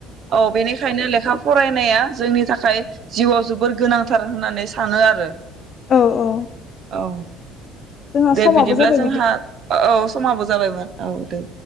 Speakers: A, on the right; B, on the left.
A: औ बेनिखायनो लेखा फरायनाया जोंनि थाखाय जिउआव जोबोर गोनांथार होननानै सानो आरो।
B: औ औ
A: औ।
B: जोंहा
A: दे
B: समाबो
A: बिदिब्ला
B: जाबाय
A: जोंहा औ समाबो जाबायमोन औ दे।